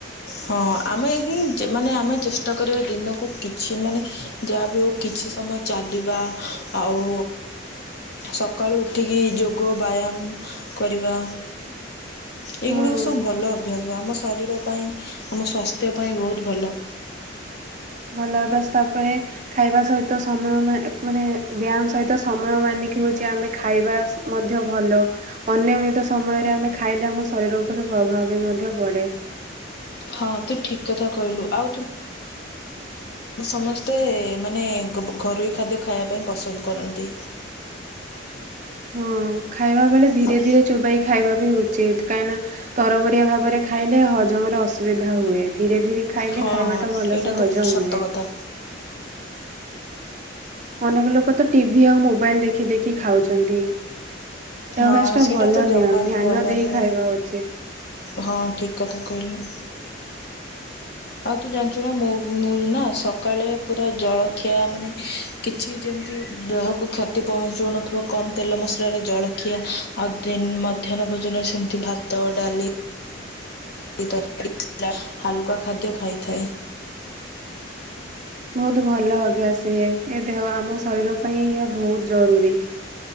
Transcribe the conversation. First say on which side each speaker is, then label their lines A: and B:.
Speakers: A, on the left (about 55°); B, on the right (about 40°).
A: ହଁ, ଆମେ ହିଁ ମାନେ ଆମେ ଚେଷ୍ଟା କରିବା ଦିନକୁ କିଛି ମାନେ ଯାହା ବି ହଉ କି କିଛି ସମୟ ଚାଲିବା ଆଉ ସକାଳୁ ଉଠିକି ଯୋଗ, ବ୍ୟାୟାମ କରିବା। ଏଇଗୁଡିକ
B: ହଁ।
A: ସବୁ ଭଲ ଅଭ୍ୟାସ। ଆମ ଶରୀର ପାଇଁ ଆମ ସ୍ୱାସ୍ଥ୍ୟ ପାଇଁ ବହୁତ ଭଲ।
B: ଭଲ ଅଭ୍ୟାସ ତାପରେ ଖାଇବା ସହିତ ସମୟ ମା ଏକ ମାନେ ବ୍ୟାୟାମ ସହିତ ସମୟ ମାନିକି ହଉଛି ଆମେ ଖାଇବା ମଧ୍ୟ ଭଲ। ଅନିୟମିତ ସମୟରେ ଆମେ ଖାଇଲେ ଆମ ଶରୀର ଉପରେ ପ୍ରଭାବ ବି ମଧ୍ୟ ପଡେ।
A: ହଁ, ତୁ ଠିକ କଥା କହିଲୁ। ଆଉ ତୁ ଆମେ ସମସ୍ତେ ମାନେ ଘ-ଘରୋଇ ଖାଦ୍ୟ ଖାଇବା ପାଇଁ ପସନ୍ଦ କରନ୍ତି।
B: ହଁ, ଖାଇବା ବେଳେ ଧୀରେ
A: ଆଉ
B: ଧୀରେ ଚୋବାଇ ଖାଇବା ବି ଉଚିତ। କାରଣ, ତରବରିଆ ଭାବରେ ଖାଇଲେ ହଜମରେ ଅସୁବିଧା ହୁଏ। ଧୀରେ ଧୀରେ ଖାଇଲେ
A: ହଁ
B: ଖାଇବାଟା
A: ହଁ
B: ଭଲସେ
A: ଏଇଟା ତ
B: ହଜମ
A: ସତ
B: ହୁଏ।
A: କଥା।
B: ଅନେକ ଲୋକ ତ ଟିଭି ଆଉ ମୋବାଇଲ ଦେଖି ଦେଖି ଖାଉଛନ୍ତି। ଏ
A: ହଁ
B: ଅଭ୍ୟାସଟା
A: ସେଇଟା
B: ଭଲ
A: ତ ଜମା
B: ନୁହେଁ, ଧ୍ୟାନ
A: ବି ଭଲ
B: ଦେଇ
A: ନୁହେଁ।
B: ଖାଇବା ଉଚିତ।
A: ହଁ, ଠିକ୍ କଥା କହିଲୁ। ଆଉ ତୁ ଜାଣିଚୁ ନା, ମୋ ମୁଁ ବି ନା ସକାଳେ ପୁରା ଜଳଖିଆ ମାନେ କିଛି ଯେମତି ମତି ଦେହକୁ କ୍ଷତି ପହଞ୍ଚଉନଥିବ କମ୍ ତେଲ ମସଲାରେ ଜଳ ଖିଆ, ଆଉ ଦିନ ମଧ୍ୟାହ୍ନ ଭୋଜନରେ ସେମତି ଭାତ, ଡାଲି ଲି, ତରକାରୀ ହାଲୁକା ଖାଦ୍ୟ ଖାଇଥାଏ।
B: ବହୁତ ଭଲ ଅଭ୍ୟାସ ଇଏ। ଏ ଦେହ ଆମ ଶରୀର ପାଇଁ ଏହା ବହୁତ ଜରୁରୀ।